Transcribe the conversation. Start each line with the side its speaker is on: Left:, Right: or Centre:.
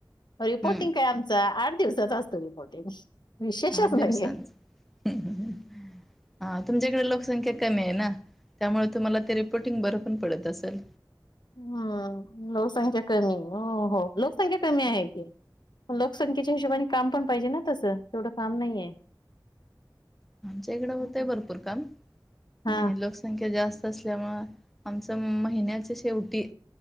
Left: रिपोर्टिंग
Centre: हम्म
Left: काय आमचा, आठ दिवसाचा असतो रिपोर्टिंग विशेषच
Centre: आठ दिवसांच,
Left: नाहीये
Centre: हा तुमच्याकडे लोकसंख्या कमी आहे ना त्यामुळे तुम्हाला ते रिपोर्टिंग बरं पण पडत असल.
Left: हा लोकसंख्या कमी आय ना हो लोकसंख्या कमी आहे की लोकसंख्येच्या हिशोबाने काम पण पाहिजे ना तसं तेवढं काम नाहीये.
Centre: आमच्या इकडं होतय
Left: हम्म.
Centre: भरपूर काम
Left: हा
Centre: आणि लोकसंख्या जास तसल्यामुळ आमच महिन्याच शेवटी